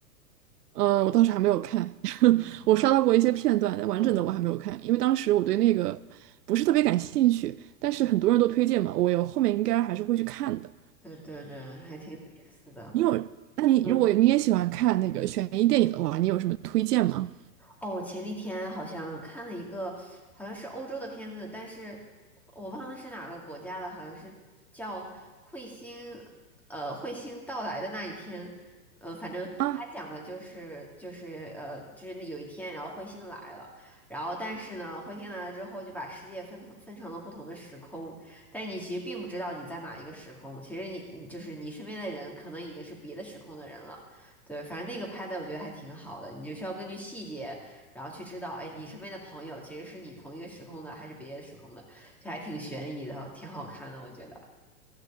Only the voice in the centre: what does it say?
嗯
嗯，嗯，
对对对，还挺有意思的。
嗯。
哦，我前几天好像看了一个，好像是欧洲的片子，但是我忘了是哪个国家的，好像是叫《彗星》，呃，彗星到来的那一天，呃，反正他讲的就是就是呃，
就是那有一天，然后彗星来了，然后但是呢，彗星来了之后就把世界分同分成了不同的时空，但是你其实并不知道你在哪一个时空，其实你你就是你身边的人可能已经是别的时空的人了，对，反正那个拍的我觉得还挺好的，你就需要根据细节。然后去知道，哎，你身边的朋友其实是你同一个时空的，还是别的时空的，就还挺悬疑的，挺好看的，我觉得。